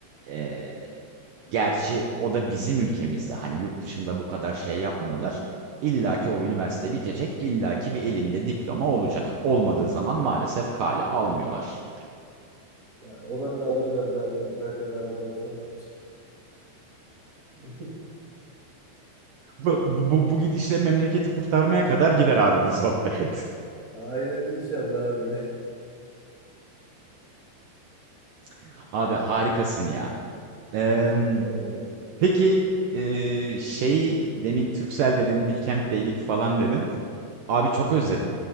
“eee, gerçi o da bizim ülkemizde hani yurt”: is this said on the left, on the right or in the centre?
Right